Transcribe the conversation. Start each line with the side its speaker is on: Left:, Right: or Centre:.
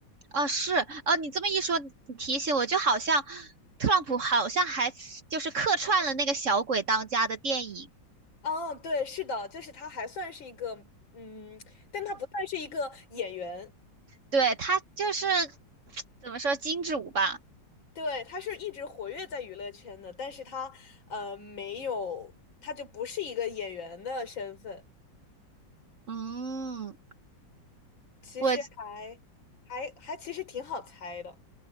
Right: 啊，是啊，你这么一说，你提醒我，就好像特朗普好像还就是客串了那个《小鬼当家》的电影。
Left: 哦，对，是的，就是他还算是一个，嗯，但他不算是一个演员，
Right: 对，他就是 <tsk> 怎么说金主吧。
Left: 对，他是一直活跃在娱乐圈的，但是他呃没有，他就不是一个演员的身份，
Right: 嗯，
Left: 其实还还还其实挺好猜的，
Right: 我